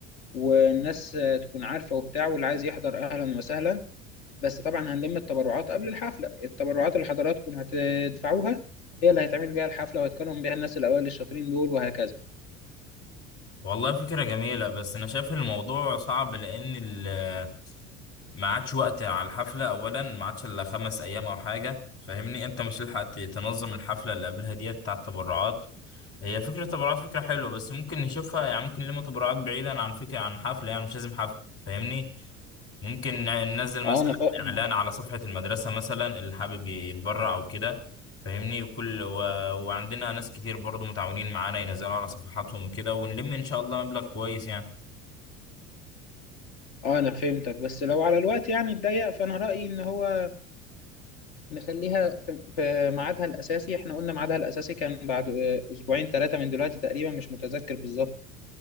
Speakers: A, on the left (about 55°); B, on the left (about 35°).
A: والناس تكون عارفة وبتاع واللي عايز يحضر أهلا وسهلا بس طبعا هنلم التبرعات قبل الحفلة التبرعات اللي حضراتكم هتدفعوها هي اللي هيتعمل بيها الحفلة وهيتكرم بيها الناس الأوائل الشاطرين دول وهكذا
B: والله فكرة جميلة بس أنا شايف الموضوع صعب لأن ال- ما عادش وقت على الحفلة أولا ما عادش إلا خمس أيام أو حاجة فاهمني أنت مش هتلحق ت- تنظم الحفلة اللي قبلها ديت بتاع التبرعات هي فكرة التبرعات فكرة حلوة بس ممكن نشوفها يعني ممكن لما تبرعات بعيدا عن فكرة عن حفلة يعني مش لازم حفلة فاهمني ممكن ن- ننزل مثلا
A: اه انا فاهم
B: إعلان على صفحة المدرسة مثلا اللي حابب ي- يتبرع أو كده فاهمني وكل و... وعندنا ناس كتير برضو متعاونين معانا ينزلوا على صفحاتهم وكده ونلم إن شاء الله مبلغ كويس يعني
A: اه انا فهمتك بس لو على الوقت يعني اتضيق فانا رأيي ان هو نخليها في في ميعادها الأساسي احنا قلنا ميعادها الأساسي كان بعد آه، اسبوعين ثلاثة من دلوقتي تقريبا مش متذكر بالظبط